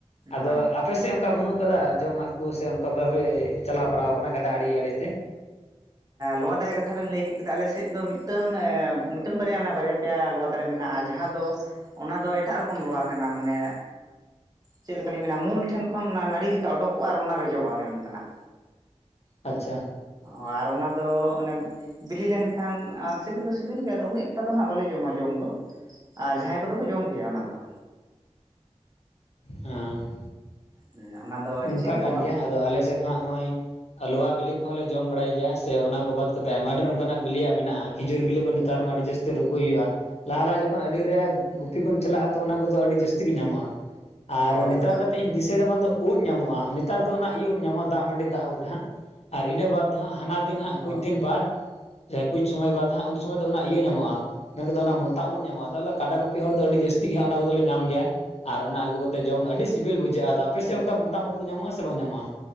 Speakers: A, on the right; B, on the left.
A: ᱦᱳᱭ
B: ᱟᱫᱚ ᱟᱯᱮᱥᱮᱫ ᱚᱱᱠᱟ ᱵᱟᱹᱱᱩᱜ ᱟᱠᱟᱫᱟ, ᱡᱚᱢᱟᱜ ᱠᱚ ᱥᱮ ᱚᱱᱠᱟ ᱵᱟᱯᱮ ᱪᱟᱞᱟᱣ ᱵᱟᱲᱟ ᱟᱠᱟᱱᱟ ᱜᱟᱰᱟ ᱟᱲᱮ ᱟᱲᱮ ᱛᱮ?
A: ᱞᱚᱣᱟ ᱫᱟᱨᱮ ᱠᱟᱛᱷᱟ ᱵᱮᱱ ᱞᱟᱹᱭ ᱠᱮᱫ ᱠᱮᱫᱟ᱾ ᱟᱞᱮ ᱥᱮᱫ ᱫᱚ ᱢᱤᱫᱴᱮᱱ ᱢᱤᱫᱴᱮᱱ ᱵᱟᱨᱭᱟ ᱚᱱᱟ ᱵᱟᱨᱭᱟ ᱯᱮᱭᱟ ᱞᱚᱣᱟ ᱫᱟᱨᱮ ᱢᱮᱱᱟᱜᱼᱟ᱾ ᱡᱟᱦᱟᱸ ᱫᱚ ᱚᱱᱟ ᱫᱚ ᱮᱴᱟᱜ ᱨᱚᱠᱚᱢ ᱞᱚᱣᱟ ᱠᱟᱱᱟ ᱢᱟᱱᱮ ᱪᱮᱫ ᱞᱮᱠᱟᱞᱤᱧ ᱢᱮᱱᱟ ᱢᱩᱞ ᱴᱷᱮᱱ ᱠᱷᱚᱱ ᱚᱱᱟ ᱱᱟᱹᱲᱤ ᱞᱮᱠᱟ ᱚᱰᱚᱠᱚᱜᱼᱟ ᱟᱨ ᱚᱱᱟ ᱨᱮ ᱡᱚᱜᱼᱟ, ᱚᱱᱮ ᱚᱱᱠᱟ ᱱᱟᱜ
B: ᱟᱪᱪᱷᱟ᱾
A: ᱚ ᱟᱨ ᱚᱱᱟ ᱫᱚ ᱢᱟᱱᱮ ᱵᱤᱞᱤ ᱞᱮᱱᱠᱷᱟᱱ ᱥᱤᱵᱤᱞ ᱫᱚ ᱥᱤᱵᱤᱞ ᱜᱮᱭᱟ᱾ ᱟᱫᱚ ᱩᱱᱟᱹ ᱮᱠᱴᱟ ᱫᱚ ᱦᱟᱸᱜ ᱵᱟᱞᱮ ᱡᱚᱢᱟ ᱡᱚᱢ ᱫᱚ ᱟᱨ ᱡᱟᱦᱟᱸᱭ ᱠᱚᱫᱚ ᱠᱚ ᱡᱚᱢ ᱜᱮᱭᱟ᱾ ᱚᱱᱟ ᱫᱚ
B: ᱦᱮᱸ᱾
A: ᱦᱮᱸ ᱚᱱᱟ ᱫᱚ
B: ᱚᱱᱠᱟ
A: ᱪᱮᱫ
B: ᱠᱟᱱ
A: ᱞᱚᱣᱟ
B: ᱜᱮᱭᱟ, ᱟᱫᱚ ᱟᱞᱮ ᱥᱮᱫ ᱫᱚ ᱦᱟᱸᱜ ᱱᱚᱜᱼᱚᱭ ᱞᱚᱣᱟ ᱵᱤᱞᱤ ᱠᱚᱦᱚᱸ ᱞᱮ ᱡᱚᱢ ᱵᱟᱲᱟᱭ ᱜᱮᱭᱟ ᱥᱮ ᱚᱱᱟ ᱠᱚ ᱵᱟᱫ ᱠᱟᱛᱮ ᱟᱭᱢᱟ ᱰᱷᱮᱨ ᱚᱱᱠᱟᱱᱟᱜ ᱵᱤᱞᱤᱭᱟᱜ ᱢᱮᱱᱟᱜᱼᱟ᱾ ᱠᱷᱤᱡᱩᱨ ᱵᱤᱞᱤ ᱠᱚ ᱱᱮᱛᱟᱨ ᱢᱟ ᱟᱹᱰᱤ ᱡᱟᱹᱥᱛᱤ ᱥᱮ ᱨᱩᱠᱩᱭ ᱦᱩᱭᱩᱜᱼᱟ᱾ ᱞᱟᱦᱟ ᱞᱟᱦᱟ ᱡᱚᱠᱷᱚᱱ ᱟᱹᱰᱤ ᱨᱮ ᱜᱩᱯᱤ ᱠᱚᱢ ᱪᱟᱞᱟᱜᱼᱟ ᱛᱚ, ᱚᱱᱟ ᱠᱚᱫᱚ ᱟᱹᱰᱤ ᱡᱟᱹᱥᱛᱤ ᱜᱮ ᱧᱟᱢᱚᱜᱼᱟ᱾ ᱟᱨ
A: ᱦᱳᱭ
B: ᱱᱮᱛᱟᱨ ᱠᱟᱛᱮᱜ ᱤᱧ ᱫᱤᱥᱟᱹᱭ ᱮᱫᱟ ᱵᱟᱝ ᱫᱚ ᱩᱫ ᱧᱟᱢᱚᱜᱼᱟ᱾ ᱱᱮᱛᱟᱨ ᱫᱚ ᱚᱱᱟ ᱤᱭᱟᱹ ᱩᱫ ᱧᱟᱢᱚᱜᱼᱟ, ᱫᱟᱜ ᱢᱟᱹᱰᱤ ᱫᱟᱜ ᱩᱫ ᱦᱟᱸᱜ ᱟᱨ ᱤᱱᱟᱹ ᱵᱟᱫᱽ ᱦᱟᱸᱜ ᱦᱟᱱᱟ ᱫᱤᱱ ᱦᱟᱸᱜ
A: ᱚ
B: ᱠᱩᱪ ᱫᱤᱱ ᱵᱟᱫ ᱥᱮ ᱠᱩᱪ ᱥᱚᱢᱚᱭ ᱵᱟᱫ ᱦᱟᱸᱜ ᱩᱱ ᱥᱚᱢᱚᱭ ᱫᱚ ᱚᱱᱟ ᱤᱭᱟᱹ ᱧᱟᱢᱚᱜᱼᱟ? ᱢᱮᱱ ᱠᱚ ᱫᱚ ᱚᱱᱟ ᱢᱚᱛᱟᱢ ᱩᱫ ᱧᱟᱢᱚᱜᱼᱟ᱾ ᱟᱫᱚ ᱟᱞᱮ ᱠᱟᱰᱟ ᱜᱩᱯᱤ ᱦᱚᱲ ᱫᱚ ᱟᱹᱰᱤ ᱡᱟᱹᱥᱛᱤ ᱜᱮ ᱦᱟᱸᱜ ᱚᱱᱟ ᱠᱚᱫᱚ ᱞᱮ ᱧᱟᱢ ᱜᱮᱭᱟ᱾ ᱟᱨ ᱚᱱᱟ ᱟᱹᱜᱩ ᱠᱟᱛᱮᱫ ᱡᱚᱢ ᱟᱹᱰᱤ ᱥᱤᱵᱤᱞ ᱵᱩᱡᱷᱟᱹᱜᱼᱟ᱾ ᱟᱫᱚ ᱟᱯᱮ ᱥᱮᱫ ᱚᱱᱠᱟ ᱢᱚᱛᱟᱢ ᱩᱫ ᱠᱚ ᱧᱟᱢᱚᱜᱼᱟ ᱥᱮ ᱵᱟᱝ ᱧᱟᱢᱚᱜᱼᱟ?